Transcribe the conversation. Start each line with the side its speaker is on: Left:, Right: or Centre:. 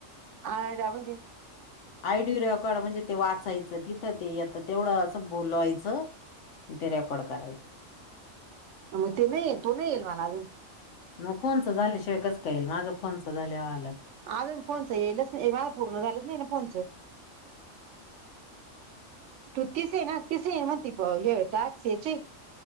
Right: आड म्हणजे?
Left: आयडी रेकॉर्ड म्हणजे ते वाचायचं, तिथं ते येतं तेवढं असं बोलवायचं ते रेकॉर्ड करायचं.
Right: मग ते नाही, येईल तो नाही येईल मला अजून.
Left: मग फोनच झाल्याशिवाय कस काय येईल, माझं फोनच झाल्यावर आल.
Right: अजून फोनच येईल, माझं पूर्ण झालंच नाही ना फोनच. तू तिस आहे, ना तिस म्हणती हे टॅक्स याचे.